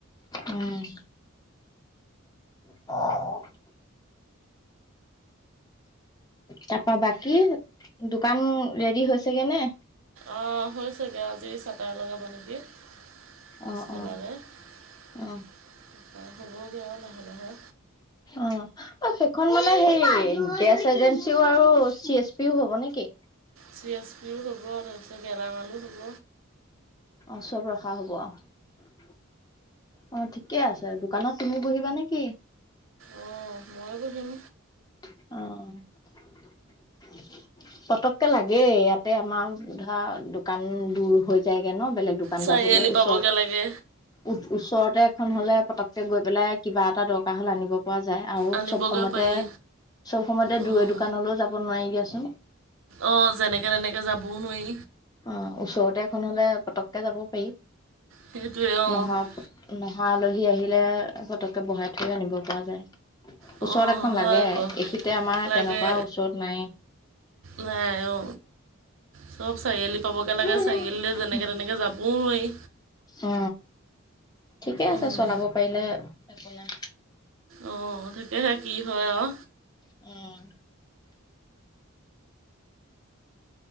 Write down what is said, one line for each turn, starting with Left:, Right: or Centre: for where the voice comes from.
Left: উম <inaudible> তাৰপা বাকী দোকান ৰেডি হৈছেগে নে?
Right: অ, হ'ল চাগে আজি চাটাৰ লগাব নেকি। পাচবেলালে
Left: অ অ অ
Right: <inaudible> হ'ব গে আও লাহে -লাহে।
Left: অ', অ, সেইখন মানে সেই গেছ এজেঞ্চিও আৰু চি এছ পিও হ'ব নেকি?
Right: চি এছ পিও ল'ব তাৰপিছত গেলামালো হ'ব।
Left: অহ, চব ৰখা হ'ব অহ। অ, ঠিকে আছে দোকানত তুমি বহিবা নেকি?
Right: অ, মই বহিম।
Left: অ', পতককে লাগেই ইয়াতে আমাৰ ধৰা দোকান দূৰ হৈ যায়গে ন' বেলেগ দোকান
Right: চাৰিআলি
Left: যাবলে ওচৰত।
Right: পাবগৈ লাগে
Left: উত ওচৰতে এখন হলে পতককে গৈ পেলাই কিবা এটা দৰকাৰ হ'লে আনিব পোৱা যায় আৰু
Right: আনিবগৈ
Left: চব সময়তে
Right: পাৰি
Left: -চব সময়তে
Right: অঁ
Left: দুৰে দোকানলৈও যাব নোৱাৰি দিয়াচোন।
Right: অ, যেনেকে তেনেকে যাবও নোৱাই।
Left: অ, ওচৰতে এখন হ'লে পতককে যাব পাৰি
Right: সেইটোৱে অঁ
Left: নহা নহ অ, আলহী আহিলে পতককে বহাই থৈ আনিব পৰা যায়।
Right: অঁ
Left: ওচৰত এখন
Right: হয়
Left: লাগে
Right: আকৌ
Left: এইখিতে আমাৰ
Right: লাগে
Left: তেনেকুৱা ওচৰত নায়ে।
Right: নাই অ। চব চাৰিআলি পাবগে
Left: নাই
Right: লাগে চাৰিআলিলৈ যেনেকে তেনেকে যাবও নোৱাই।
Left: অ, ঠিকে আছে
Right: উম,
Left: চলাব পাৰিলে একো নাই।
Right: অ, তাকেহে কি হয় আও।
Left: উম,